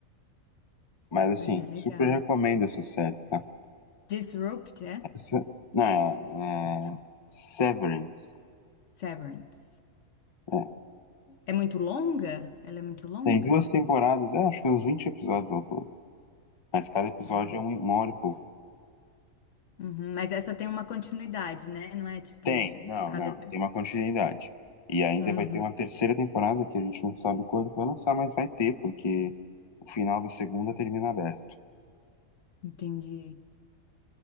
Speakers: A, on the left; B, on the left.
A: Mas assim,
B: Mas é legal.
A: super recomendo essa série, tá?
B: Disrupt, é?
A: Se- Não, é, é, Severance.
B: Severance.
A: É.
B: É muito longa? Ela é muito longa?
A: Tem duas temporadas, é, acho que uns 20 episódios ao todo. Mas cada episódio
B: Ah,
A: é um- uma hora e pouco.
B: uhum. Mas essa tem uma continuidade, né? Não é tipo,
A: Tem, não,
B: cada...
A: não.
B: epi-
A: Tem uma continuidade. E ainda
B: Uhum,
A: vai ter uma terceira temporada que a gente não sabe quando vai lançar, mas vai ter, porque o final da segunda termina aberto.
B: entendi.